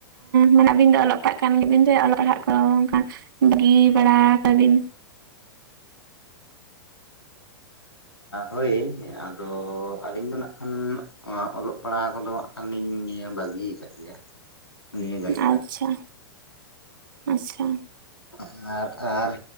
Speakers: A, on the right; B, on the left.
A: ᱢᱟᱱᱮ ᱟᱵᱤᱱ ᱫᱚ ᱚᱞᱚᱜ ᱯᱟᱲᱦᱟᱜ ᱠᱟᱱ ᱜᱮᱵᱤᱱ ᱫᱚ ᱚᱞᱚᱜ ᱯᱟᱲᱦᱟᱜ ᱠᱚ ᱚᱱᱠᱟ ᱵᱟᱹᱜᱤ ᱵᱟᱲᱟ ᱠᱟᱵᱤᱱ?
B: ᱦᱳᱭ ᱟᱫᱚ ᱟᱹᱞᱤᱧ ᱫᱚ ᱱᱟᱜ ᱠᱷᱟᱱ ᱚᱞᱚᱜ ᱯᱟᱲᱦᱟᱜ ᱠᱚᱫᱚ ᱦᱟᱸᱜ ᱠᱷᱟᱱ ᱞᱤᱧ ᱵᱟᱹᱜᱤᱭ ᱟᱠᱟᱫ ᱜᱮᱭᱟ ᱱᱤᱭᱟᱹ ᱜᱷᱟᱹᱲ
A: ᱟᱪᱪᱷᱟ ᱟᱪᱪᱷᱟ
B: <unintelligible> ᱟᱨ